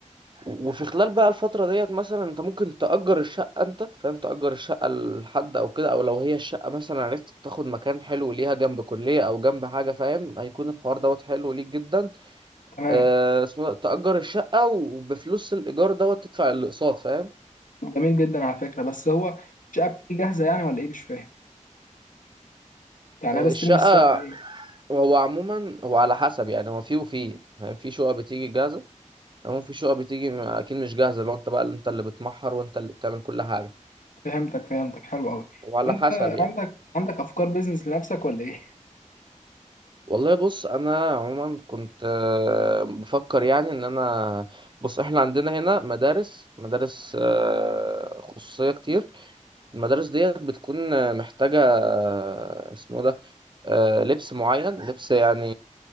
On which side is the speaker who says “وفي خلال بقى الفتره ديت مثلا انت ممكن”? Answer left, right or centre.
Right